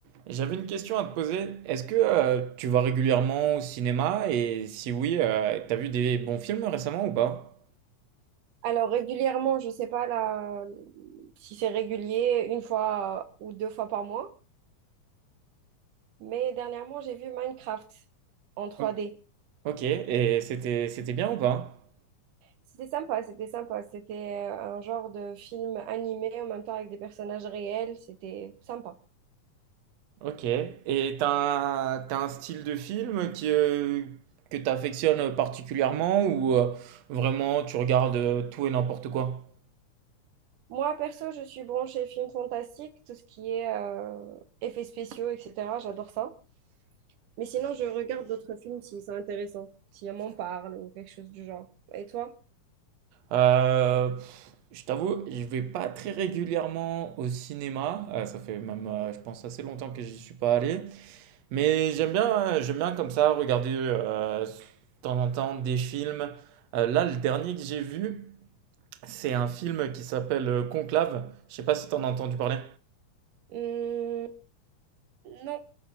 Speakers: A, on the right; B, on the right.
A: J'avais une question à te poser. Est-ce que euh, tu vas régulièrement au cinéma et si oui, euh, t'as vu des bons films récemment ou pas?
B: Alors régulièrement, je sais pas là, si c'est régulier, une fois euh, ou deux fois par mois, mais dernièrement, j'ai vu Minecraft en trois
A: Ok.
B: d
A: Ok, et c'était c'était bien ou pas?
B: C'était sympa, c'était sympa. C'était euh, un genre de film animé en même temps avec des personnages réels. C'était sympa.
A: Ok, et t'as un, t'as un style de film qui, euh, que t'affectionnes particulièrement ou euh, vraiment tu regardes euh, tout et n'importe quoi?
B: Moi, perso, je suis branchée film fantastique, tout ce qui est euh, effets spéciaux, etc. J'adore ça. Mais sinon, je regarde d'autres films s'ils sont intéressants, si on m'en parle ou quelque chose du genre. Et toi?
A: Euh, je t'avoue, je vais pas très régulièrement au cinéma. Euh, ça fait même, euh, je pense, assez longtemps que j'y suis pas allé. Mais j'aime bien, euh, j'aime bien comme ça regarder euh, de temps en temps des films. Euh, là, le dernier que j'ai vu, c'est un film qui s'appelle euh, Conclave. Je sais pas si t'en as entendu parler.
B: Hum, Non,